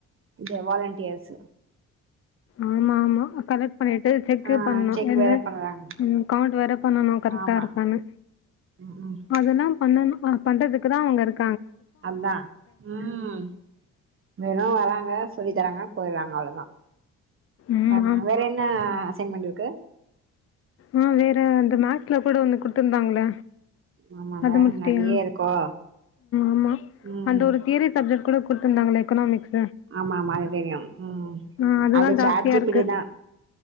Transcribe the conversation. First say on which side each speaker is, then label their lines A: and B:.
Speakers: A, on the right (about 45°); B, on the left (about 50°).
A: இங்க வாலண்டியர்ஸ்
B: ஆமாம்மா கலெக்ட் பண்ணிட்டு செக்கே
A: ஆ
B: பண்ணோ
A: செக்
B: என்ன
A: வேற பண்றாங்க
B: கவுண்ட் வேற பண்ணணோ கரெக்டாயிருக்கான்னு
A: ஆமா ம் ம்
B: அதுல்லா பண்ணணோ அது பண்றதுக்குதா அவங்க இருக்
A: அதான் உம் வெறோ வராங்க சொல்லி தராங்க போயிடுறாங்க அவ்வளவுதான்
B: ம்
A: பாக்கலா வேற என்ன அசைன்மென்ட் இரு க்கு
B: ஆஹ் வேற அந்த மேக்ஸ்ல கூட ஒன்னு குடுத்துயிருந்தாங்கள
A: ஆமால
B: அத முடிச்டியா
A: நெறைய இருக்கோ
B: ஆமா
A: ம்
B: அந்த ஒரு தியரி சப்ஜெக்ட் கூட குடுத்துயிருந்தாங்களே எக்கனாமிக்ஸ்
A: ஆமா ஆமா அது தெரியும் உம்
B: ஆ அதுதா
A: அது
B: ஜாஸ்தியா
A: சாட்ஜீப்பீட்டிதா
B: இருக்கு